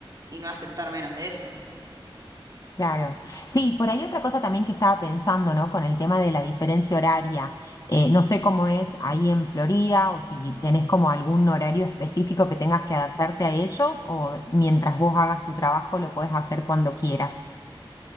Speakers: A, on the right; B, on the left.
A: y no aceptar menos de eso.
B: Claro. Sí, por ahí otra cosa también que estaba pensando, ¿no? Con el tema de la diferencia horaria. Eh, no sé cómo es ahí en Florida o si tenés como algún horario específico que tengas que adaptarte a ellos o mientras vos hagas tu trabajo lo podés hacer cuando quieras.